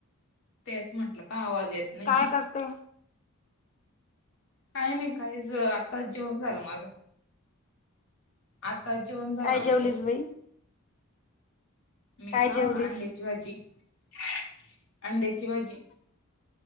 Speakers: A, on the left; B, on the left.
A: तेच म्हंटलं का आवाज येत नाहीये.
B: काय करते?
A: काय नाही काहीच आताच जेवण झालं माझं आता जेवण झालं
B: काय
A: आमचं
B: जेवलीस बाई
A: मी
B: काय
A: <unintelligible>
B: जेवलीस
A: अंड्याची भाजी